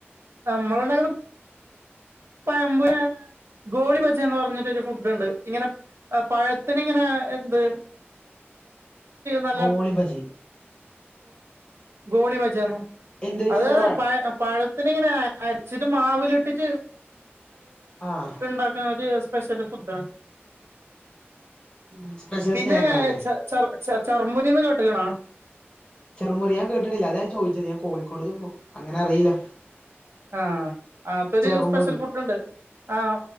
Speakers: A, on the right; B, on the left.
A: നമ്മൾ ഉണ്ടാക്കുന്നത് പമ്പ ഗോളിബജ എന്ന് പറഞ്ഞിട്ടരു ഫുഡ്ണ്ട് ഇങ്ങനെ പഴത്തിന് ഇങ്ങനെ എന്ത് നല്ല
B: ഗോളിബജി
A: ഗോളി വചാന്ന
B: എന്ത്
A: അത്തെ
B: ചെറുപഴം
A: പ പഴത്തിന് ഇങ്ങനെ അച്ചിട്ട് മാവി ലി ഇട്ടാട്ട്
B: ആഹ്
A: ഉണ്ടുന്ന സ്പെഷ്യൽ ഫുഡ ഉ
B: സ്പെഷ്യൽ
A: പിന്നെ
B: സ്നാക്ക് ആണ്ല്ലേ
A: ച ചർമ്മുരിൊന്ന് കേട്ടുകണാ
B: ചെറുമുറൻ കേട്ടിട്ടില്ല അത ഞാൻ ചോദിച്ചത് ഞാൻ കോഴിക്കോട് പോും അങ്ങനെ അറിയില്ല
A: ആഹ അങ്ങനത്തെൊരു
B: ചെറുമുരി
A: സ്പെഷ്യൽ ഫുഡ് ഉണ്ട് ആഹ